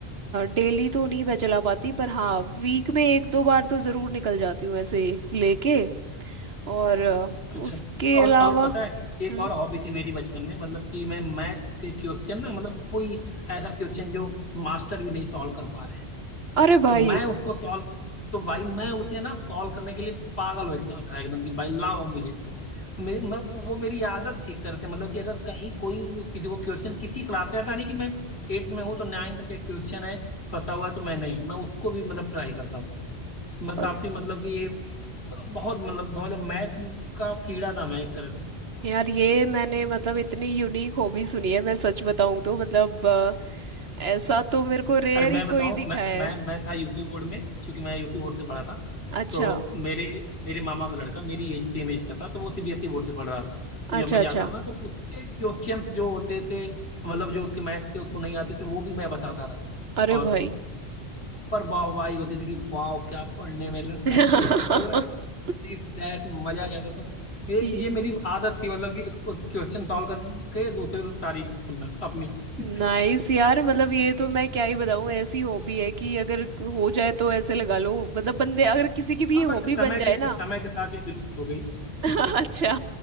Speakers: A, on the right; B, on the left.
A: डेली तो नहीं मैं चला पाती पर हाँ वीक में एक दो बार तो ज़रूर निकल जाती हूँ ऐसे लेके और अ,
B: अच्छा
A: उसके
B: और
A: अलावा
B: और पता है एक
A: हम्म
B: और हॉबी थी मेरी बचपन में मतलब कि मैं मैथ्स के क्वेश्चन ना मतलब कोई ऐसा क्वेश्चन जो मास्टर भी नहीं सॉल्व कर पा रहे हैं
A: अरे भाई
B: तो मैं उसको सॉल्व तो भाई मैं उसे ना सॉल्व करने के लिए पागल होता था एकदम कि भाई लाओ मुझे तो मेरी मैं, वो मेरी आदत थी एक तरह से मतलब कि अगर कहीं कोई किसी को क्वेश्चन किसी क्लास का ऐसा नहीं कि मैं एट्थ में हूँ तो नाइन्थ का क्वेश्चन है फंसा हुआ है, तो मैं नहीं मैं उसको भी मतलब ट्राई करता था मैं
A: और
B: काफी मतलब कि ये बहुत मतलब समझो मैथ का कीड़ा था मैं एक तरह से
A: यार ये मैंने मतलब इतनी यूनिक हॉबी सुनी है मैं सच बताऊँ तो मतलब अ, ऐसा तो मेरे को रेयर
B: अरे मैं
A: ही
B: बताऊं
A: कोई दिखा
B: मैं
A: है
B: मैं मैं था यूपी बोर्ड में क्योंकि मैं यूपी बोर्ड से पढ़ा था
A: अच्छा
B: तो मेरे मेरे मामा का लड़का मेरी एज सेम एज का था तो वो सीबीएसई बोर्ड से पढ़ रहा था तो जब
A: अच्छा
B: मैं जाता
A: अच्छा
B: था ना तो उसके क्वेश्चंस जो होते थे मतलब जो उसके मैथ्स के उसको नहीं आते थे वो भी मैं बताता था
A: अरे
B: और
A: भाई
B: पर वाहवाही होती थी कि वाह क्या पढ़ने में लड़का
A: <laughs>
B: ये है वो है दिस दैट मजा ही आता था ये
A: ये-
B: ये मेरी आदत थी मतलब कि क्वेश्चन सॉल्व करके दूसरे से तारीफ सुनना अपनी
A: नाइस
B: <laughs>
A: यार मतलब ये तो मैं क्या ही बताऊं ऐसी हॉबी है कि अगर हो जाए तो ऐसे लगा लो मतलब बंदे अगर किसी की
B: हाँ
A: भी ये
B: बट
A: हॉबी
B: समय
A: बन जाए
B: के
A: ना
B: समय के साथ ये विलुप्त हो गई <laughs>
A: <laughs> अच्छा